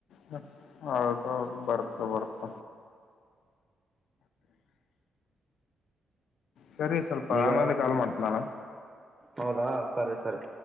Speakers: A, on the left (about 75°); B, on the right (about 20°).
A: ಹ್ಮ್ ಹೌದೌದು ಬರ್ತ ಬರ್ತ ಸರಿ ಸ್ವಲ್ಪ
B: ಈಗ
A: ಆಮೇಲೆ ಕಾಲ್ ಮಾಡ್ತ ನಾನ
B: ಹೌದಾ ಸರಿ ಸರಿ